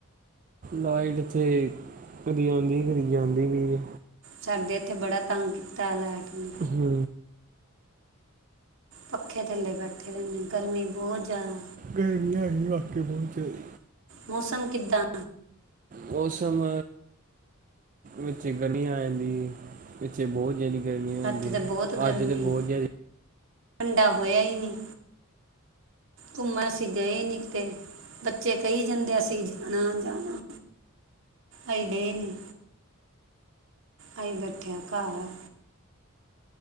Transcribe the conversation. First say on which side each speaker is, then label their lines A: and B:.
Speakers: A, on the right; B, on the right.
A: ਲਾਈਟ ਇੱਥੇ ਕਦੀ ਆੰਦੀ ਕਦੀ ਜਾਂਦੀ ਪਈ ਏ।
B: ਸਾਡੇ ਇੱਥੇ ਬੜਾ ਤੰਗ ਕੀਤਾ ਲੈਟ ਨੇ।
A: ਹੂੰ।
B: ਪੱਖੇ ਥੱਲੇ ਬੈਠੇ ਰੈਣੇ ਆਂ, ਗਰਮੀ ਬੋਤ ਜੈਦਾ।
A: ਗਰਮੀ ਹੈਗੀ ਏ ਵਾਕੇ ਬੌਤ ਜ਼ੈਦੀ।
B: ਮੌਸਮ ਕਿੱਦਾਂ?
A: ਮੌਸਮ, ਵਿੱਚੇ ਗਰਮੀ ਆ ਜਾਂਦੀ ਏ, ਵਿੱਚੇ ਬੌ ਜੈਦੀ ਗਰਮੀ ਹੋ ਜਾਂਦੀ
B: ਇੱਥੇ ਤੇ
A: ਏ,
B: ਬਹੁਤ ਗਰਮੀ
A: ਅੱਜ ਤੇ ਬੌਤ ਜੈਦੀ
B: ਠੰਡਾ ਹੋਯਾ ਈ ਨੀ, ਘੁੰਮਣ ਅਸੀ ਗਏ ਨੀ ਕਿਤੇ। ਬੱਚੇ ਕਹੀ ਜਾਂਦੇ ਅਸੀ ਜਾਣਾ ਜਾਣਾ, ਹਜ ਡੇ ਨੀ। ਆਈ ਬੈਠਿਆ ਘਾਰ।